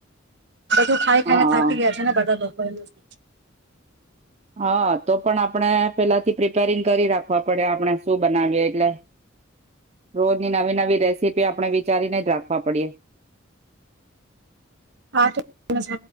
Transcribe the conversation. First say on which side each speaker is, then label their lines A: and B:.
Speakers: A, on the right; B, on the right.
A: બધું ખાઈ
B: હા
A: ખાઈને થાકી ગયા છે ને બધા લોકો એવુ છે. <inaudible>
B: હા તો પણ આપડે, પેલાથી પ્રિ <inaudible> કરી રાખવા પડે આપણે શું બનાવીએ એટલે <unintelligible> રોજની નવી નવી રેસીપી આપણે વિચારીને જ રાખવા પડીએ
A: આ તો <inaudible>